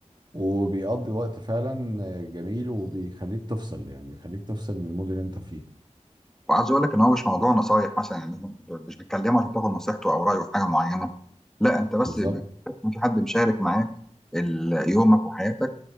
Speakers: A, on the right; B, in the centre.
A: وبيقضي وقت فعلا جميل وبيخليك تفصل يعني بيخليك تفصل من المود اللي انت فيه
B: وعايز اقول لك ان هو مش موضوع نصايح مثلا يعني ب- مش بتكلمه عشان تاخد نصيحته او رايه في حاجه معينه لا انت بس
A: بالظبط
B: بتحس ان في حد مشارك معاك ال- يومك وحياتك